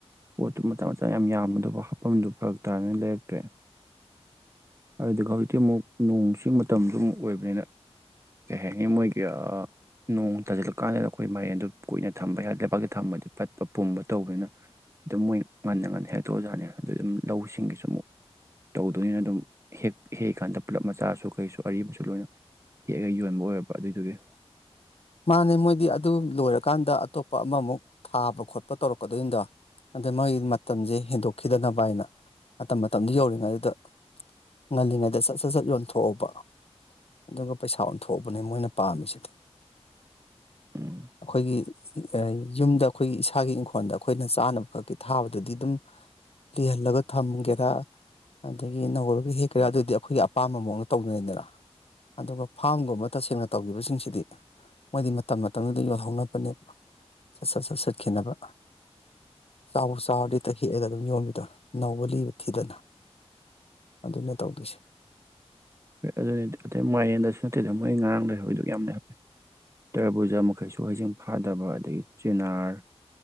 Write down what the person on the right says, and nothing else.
ꯄꯣꯠꯇꯨ ꯃꯆꯥ ꯃꯆꯥ ꯌꯥꯝ ꯌꯥꯝꯃꯗꯕ ꯍꯥꯐꯝꯗꯨ ꯐꯔꯛ ꯇꯥꯔꯒꯅ ꯂꯩꯔꯛꯇ꯭ꯔꯦ ꯑꯗꯨꯗꯨ ꯍꯧꯖꯤꯛ ꯍꯧꯖꯤꯛꯇꯤ ꯑꯃꯨꯛ ꯅꯣꯡꯁꯤ ꯃꯇꯝꯁꯨ ꯑꯃꯨꯛ ꯑꯣꯏꯕꯅꯤꯅ ꯀꯩ ꯍꯥꯏꯅꯤ ꯃꯣꯏꯒꯤ ꯅꯣꯡ ꯇꯥꯁꯤꯜꯂꯀꯥꯟꯗ ꯑꯩꯈꯣꯏ ꯃꯔꯦꯟꯗꯨ ꯀꯨꯏꯅ ꯊꯝꯕ ꯌꯥ ꯂꯩꯕꯥꯛꯇ ꯊꯝꯕꯗꯤ ꯄꯠꯄ ꯄꯨꯝꯕ ꯇꯧꯕꯅꯤꯅ ꯑꯗꯨꯝ ꯃꯣꯏ ꯉꯟꯅ ꯉꯟꯅ ꯍꯥꯏꯗꯣ ꯑꯣꯖꯥꯠꯅꯤ ꯑꯗꯨ ꯑꯗꯨꯝ ꯂꯧꯁꯤꯡꯒꯤꯁꯨ ꯑꯃꯨꯛ ꯇꯧꯗꯣꯏꯅꯤꯅ ꯑꯗꯨꯝ ꯍꯦꯛ ꯍꯦꯛꯀꯥꯟꯗ ꯄꯨꯜꯂꯞ ꯃꯆꯥꯁꯨ ꯀꯩꯁꯨ ꯑꯔꯤꯕꯁꯨ ꯂꯣꯏꯅ ꯍꯦꯛꯑꯒ ꯌꯣꯟꯕ ꯑꯣꯏꯔꯕ ꯑꯗꯨꯏꯗꯨꯒꯤ
ꯎꯝ
ꯍꯣꯏ ꯑꯗꯨꯅꯤꯗꯤ ꯑꯇꯩ ꯃꯌꯦꯟꯗꯁꯨ ꯅꯠꯇꯦꯗ ꯃꯣꯏ ꯉꯥꯔꯥꯡ ꯂꯩꯔ ꯑꯩꯣꯏꯗꯨꯛ ꯌꯥꯝꯅꯦ ꯇꯔꯕꯨꯖꯥ ꯃꯈꯩꯁꯨ ꯍꯩꯁꯤꯡ ꯐꯥꯗꯕ ꯑꯗꯒꯤ ꯆꯦꯅꯥꯔ